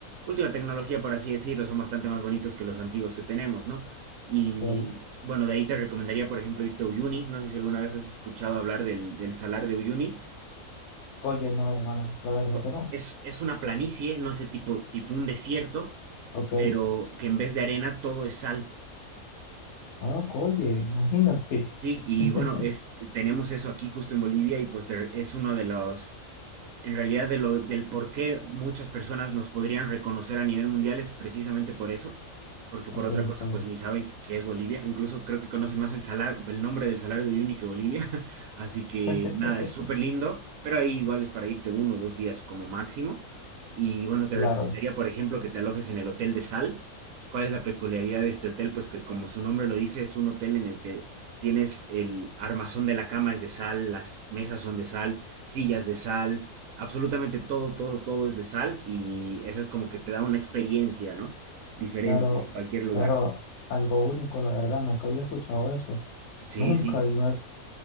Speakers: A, on the right; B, on the left.
A: Última tecnología, por así decirlo, son bastante más bonitos que los antiguos que tenemos, ¿no? Y
B: Ok.
A: bueno, de ahí te recomendaría, por ejemplo, irte a Uyuni. No sé si alguna vez has escuchado hablar del, del salar de Uyuni.
B: Oye, no, hermano, la verdad
A: Bu-
B: que no.
A: Es, es una planicie, no sé, tipo, tipo un desierto,
B: Ok,
A: pero que en vez de arena todo es sal.
B: ah, oye, imagínate.
A: Sí, y
B: <laughs>
A: bueno, es, tenemos eso aquí justo en Bolivia y pues te- es uno de los En realidad, de lo, del por qué muchas personas nos podrían reconocer a nivel mundial es precisamente por eso, porque
B: Ok,
A: por otra
B: ok.
A: cosa, pues ni saben qué es Bolivia. Incluso creo que conocen más el salar, el nombre del Salario de Uyuni que Bolivia. <laughs> Así que
B: <laughs>
A: nada, es súper lindo, pero ahí igual es para irte uno o dos días como máximo. Y bueno, te
B: Claro.
A: recomendaría, por ejemplo, que te alojes en el Hotel de Sal. ¿Cuál es la peculiaridad de este hotel? Pues que como su nombre lo dice, es un hotel en el que tienes el armazón de la cama es de sal, las mesas son de sal, sillas de sal absolutamente todo, todo, todo es de sal y eso es como que te da una experiencia, ¿no? Diferente
B: Claro,
A: a cualquier lugar.
B: claro, algo único, la verdad, nunca había escuchado eso.
A: Sí,
B: Nunca,
A: sí.
B: y me